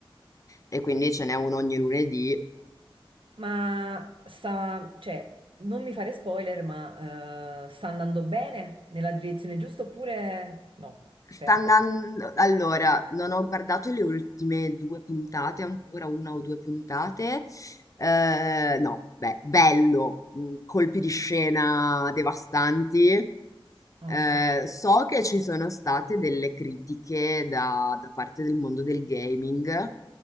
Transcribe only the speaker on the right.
Ma sta, cioè, non mi fare spoiler, ma eh, sta andando bene nella direzione giusta oppure no?
Perde.
Ok.